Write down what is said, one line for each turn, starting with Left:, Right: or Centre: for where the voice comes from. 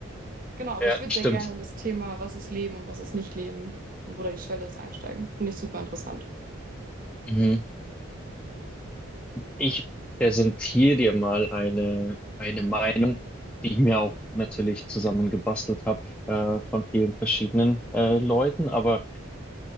Right: Genau, aber
Centre: ja,
Right: ich würde
Centre: stimmt.
Right: sehr gerne in das Thema, was ist Leben und was ist nicht Leben und wo da die Schwelle ist, einsteigen. Finde ich super interessant.
Centre: Mhm. Ich präsentiere dir mal eine, eine Meinung, die ich mir auch natürlich zusammengebastelt habe, äh, von vielen verschiedenen, äh, Leuten, aber